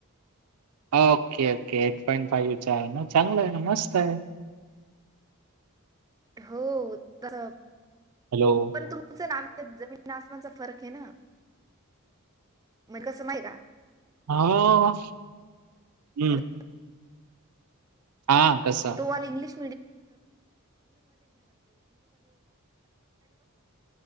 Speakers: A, on the right; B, on the right.
A: okay, okay eight point फाईव्हचा आहे ना चांगला आहे ना मस्त हाय.
B: हो तर
A: हॅलो.
B: पण तुमचं ना आमचं जमीन आसमानचा फरक आहे ना, म्हणजे कसं नाही का.
A: अहो, हम्म.
B: हॅलो
A: हा कसा
B: तो वाला इंग्लिश